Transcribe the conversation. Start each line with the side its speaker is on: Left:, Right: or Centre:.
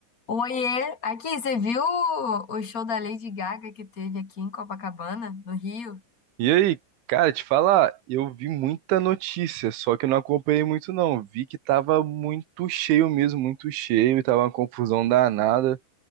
Left: Oiê, aqui, você viu o o show da Lady Gaga que teve aqui em Copacabana, no Rio?
Right: E aí, cara, te falar, eu vi muita notícia, só que eu não acompanhei muito não. Vi que tava muito cheio mesmo, muito cheio, e tava uma confusão danada.